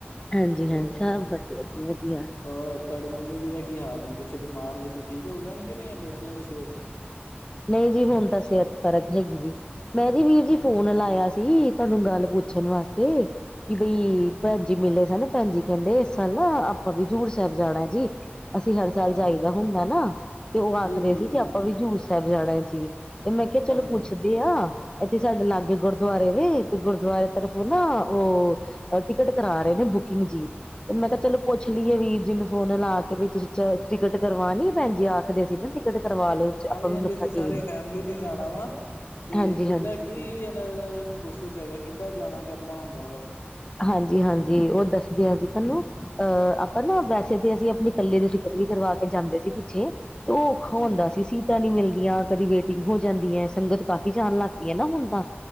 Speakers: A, on the left; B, on the left.
A: ਹਾਂਜੀ -ਹਾਂਜੀ,
B: ਹੋਰ
A: ਸਭ ਵਧੀਆ ਜੀ ਵਧੀਆ।
B: ਹੋਰ ਤੁਆਡੇ ਮੰਮੀ ਜੀ ਦਾ ਕੀ ਹਾਲ ਨੇ, ਪਿੱਛੇ ਬਿਮਾਰ ਜੇ ਸੀ ਠੀਕ ਹੋ ਗਏ ਹੁਣ ਕੇ ਨਈ, ਹਲੇ ਏਦਾ ਈ ਏ ਸਿਹਤ।
A: ਨਈ ਜੀ, ਹੁਣ ਤਾਂ ਸਿਹਤ ਫਰਕ ਹੈਗੀ ਜੀ। ਮੈਂ ਜੀ ਵੀਰ ਜੀ ਫੋਨ ਲਾਇਆ ਸੀ, ਤੁਹਾਨੂੰ ਗੱਲ ਪੁੱਛਣ ਵਾਸਤੇ ਕਿ ਬਈ ਭੈਣ ਜੀ ਮਿਲੇ ਸਨ, ਭੈਣ ਜੀ ਕਹਿੰਦੇ ਸਨ ਆਪਾਂ ਵੀ ਹਜ਼ੂਰ ਸਾਹਿਬ ਜਾਣਾ ਜੀ। ਅਸੀਂ ਹਰ ਸਾਲ
B: ਹਾਂ,
A: ਜਾਈਦਾ ਹੁੰਦਾ ਨਾ, ਤੇ ਉਹ ਆਖਦੇ
B: ਜੀ ਜੀ
A: ਸੀ
B: ਜੀ
A: ਕਿ ਆਪਾਂ ਵੀ ਹਜੂਰ ਸਹਿਬ ਜਾਣਾ ਜੀ। ਤੇ ਮੈਂ
B: ਜੀ।
A: ਕਿਹਾ ਚਲੋ ਪੁੱਛ ਦੇ ਆਂ ਇੱਥੇ ਸਾਡੇ ਲਾਗੇ ਗੁਰਦੁਆਰੇ ਵੇ, ਤੇ ਗੁਰਦੁਆਰੇ ਤਰਫੋਂ ਨਾ ਉਹ ਟਿਕਟ ਕਰਾ ਰਹੇ ਨੇ, ਬੁਕਿੰਗ ਜੀ। ਮੈਂ ਕਿਹਾ ਚਲੋ ਪੁੱਛ ਲਈਏ ਵੀਰ ਜੀ ਨੂੰ ਫੋਨ ਲਾ ਕੇ ਵੀ ਤੁਸੀਂ ਚ ਟਿਕਟ ਕਰਵਾਣੀ ਆ ਭੈਣ ਜੀ ਵਾਸ ਦੇ ਸੀ ਨਾ ਟਿਕਟ ਕਰਵਾ ਲੋ।
B: ਹਾਂਜੀ-
A: ਆਪਾਂ ਵੀ
B: ਹਾਂਜੀ
A: ਮੱਥਾ
B: ਅਸੀਂ ਸਾਰੇ
A: ਟੇਕ
B: ਫੈਮਲੀ ਨੇ ਜਾਣਾ ਵਾ, ਤੇ
A: ਹਾਂਜੀ-ਹਾਂਜੀ,
B: ਕਿੱਦਾਂ ਕੀ ਇਹਨਾ ਪ੍ਰੋਸੈਸ ਹੈਗਾ, ਕਿੱਦਾਂ ਜਾਣਾ ਕਰਨਾ ਹੁੰਦਾ ਵਾ।
A: ਹਾਂਜੀ -ਹਾਂਜੀ ਉਹ ਦੱਸਦੇ ਹਾਂ ਜੀ, ਤੁਹਾਨੂੰ ਅਹ ਆਪਾਂ ਨਾ ਵੈਸੇ ਅਸੀਂ ਆਪਣੇ ਕੱਲੇ ਦੀ ਟਿਕਟ ਵੀ ਕਰਵਾ ਕੇ ਜਾਂਦੇ ਸੀ ਪਿੱਛੇ ਤੇ ਔਖਾ
B: ਜੀ
A: ਹੁੰਦਾ ਸੀ, ਸੀਟਾਂ ਨੀ ਮਿਲਦੀਆਂ, ਕਦੀ ਵੇ ਹੋ ਜਾਂਦੀ ਐ। ਸੰਗਤ ਕਾਫ਼ੀ ਜਾਨ ਲੱਗ ਪਈ ਐ ਨਾ ਹੁਨ ਤਾਂ,